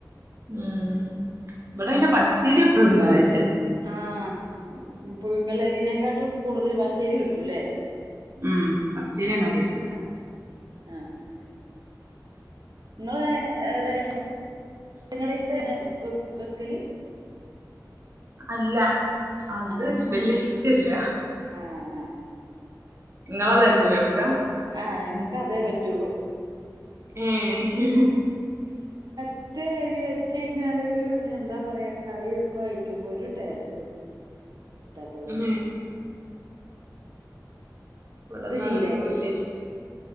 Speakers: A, on the right (about 40°); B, on the right (about 70°).
A: ഉം ഇവിടെ പിന്നെ പച്ചേരിപ്പളും ഇണ്ടാവല്ണ്ട്.
B: ആഹ് പുഴുങ്ങലരിനേക്കാട്ടും കൂടുതൽ പച്ചേരി കിട്ടൂല്ലേ.
A: ഉം പച്ചയ്രിയ കാര്യായിട്ട് കിട്ട.
B: ആഹ് ആഹ് ഇങ്ങളെ ഏഹ് റേഷൻ കടേതെന്നെ വെക്കല്.
A: അല്ല അത്
B: ആഹ്
A: വല്ല്യ ഇഷ്ടല്ല.
B: ആഹ്
A: ഇങ്ങളതാരിക്കൂലേ വെക്ക.
B: ആഹ് ഞങ്ങക്കതേ പറ്റൊള്ളൂ.
A: ഏഹ്
B: ത്ത് അരി വെച്ചേഞ്ഞാലൊരു എന്താ പറയാ കറി ഒക്കെ ഒയിക്കുമ്പോ ഒരു ടേസ്റ്റ്. കിട്ടാത്ത പോലെ
A: ഉം ഇവടൊന്നാർക്കും
B: ഇത് ശീലായി
A: വല്ല്യെഷ്